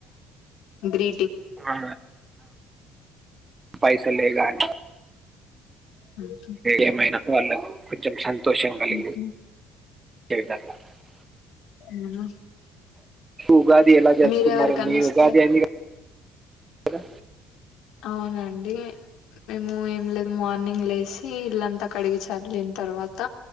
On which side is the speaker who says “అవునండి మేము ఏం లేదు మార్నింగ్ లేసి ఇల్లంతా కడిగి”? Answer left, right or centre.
Left